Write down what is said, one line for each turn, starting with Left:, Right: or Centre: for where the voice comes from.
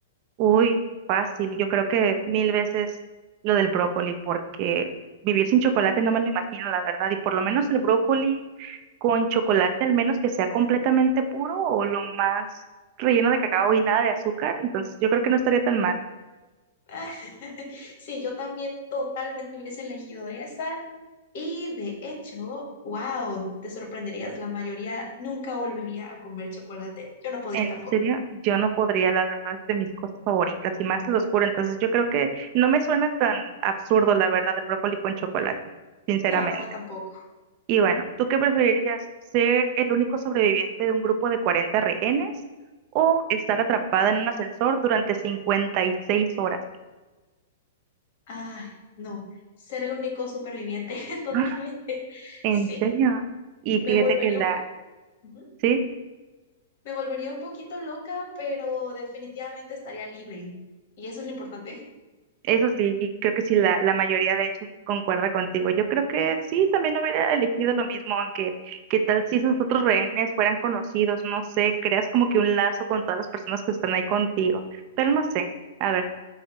Right: Uy, fácil. Yo creo que mil veces lo del brócoli, porque vivir sin chocolate no me lo imagino, la verdad. Y por lo menos el brócoli con chocolate, al menos que sea completamente puro o lo más relleno de cacao y nada de azúcar. Entonces yo creo que no estaría tan mal.
Left: <laughs> Sí, yo también totalmente hubiese elegido esa. Y de hecho, wow, te sorprenderías, la mayoría nunca volvería a comer chocolate. Yo no podría
Right: En
Left: tampoco.
Right: serio, yo no podría, la verdad, es de mis cosas favoritas y más lo oscuro. Entonces yo creo que no me suena tan absurdo, la verdad, el brócoli con chocolate, sinceramente.
Left: No, también tampoco.
Right: Y bueno, ¿tú qué preferirías? ¿Ser el único sobreviviente de un grupo de 40 rehenes o estar atrapada en un ascensor durante 56 horas?
Left: Ay, no, ser el único superviviente, <laughs> totalmente.
Right: Ah, ¿En
Left: Sí,
Right: serio? Y
Left: me
Right: fíjate
Left: volvería
Right: que la,
Left: un po- ujú,
Right: sí,
Left: Me volvería un poquito loca, pero definitivamente estaría libre. Y eso es lo importante.
Right: eso sí, y creo que sí, la, la mayoría de hecho concuerda contigo. Yo creo que sí, también hubiera elegido lo mismo, aunque qué tal si esos otros rehenes fueran conocidos, no sé, creas como que un lazo con todas las personas que están ahí contigo, pero no sé, a ver,